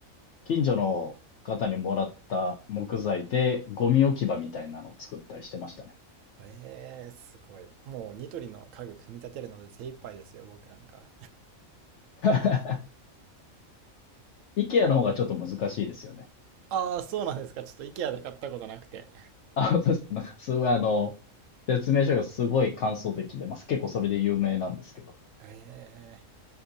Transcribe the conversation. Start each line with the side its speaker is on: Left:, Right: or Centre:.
Left: 近所の方にもらった木材で、ゴミ置き場みたいなのを作ったりしてましたね。
Right: えー、すごい。もうニトリの家具組み立てるので精一杯ですよ、僕なんか。
Left: <laughs> IKEA の方がちょっと難しいですよね。
Right: ああ、そうなんですか。ちょっと IKEA で買ったことなくて。
Left: あ、本当ですか。なんか、すごいあの、説明書がすごい簡素的で、まあ、結構それで有名なんですけど。
Right: ええ